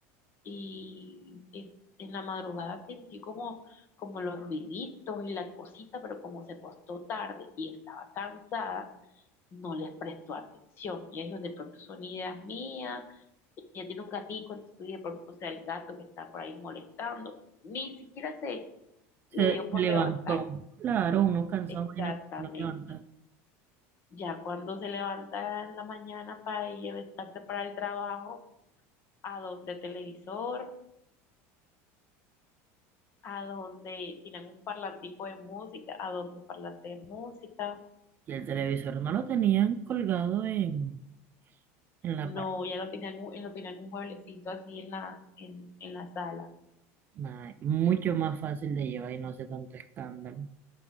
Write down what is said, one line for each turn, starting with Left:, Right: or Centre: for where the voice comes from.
Left: Y es- en la madrugada sintió como, como los ruiditos y la cosita, pero como se acostó tarde y estaba cansada, no les presto atención. Y ahí es donde de pronto son ideas mías, y ya tiene un gatico, entonces de pronto sea el gato que está por ahí molestando. Ni siquiera se
Right: Se
Left: le dio por
Right: levantó.
Left: levantar.
Right: Claro, uno cansado,
Left: Exactamente.
Right: imagínate, se levanta.
Left: Ya cuando se levanta en la mañana para ir a descansar para el trabajo, a donde televisor, a donde tienen un parlantico de música, a donde parlante de música.
Right: Y el televisor no lo tenían colgado en, en la
Left: No,
Right: pared.
Left: ya lo tenían, un- lo tenían un mueblecito así en la, en, en la sala.
Right: Nada, mucho más fácil de llevar y no hace tanto escándalo.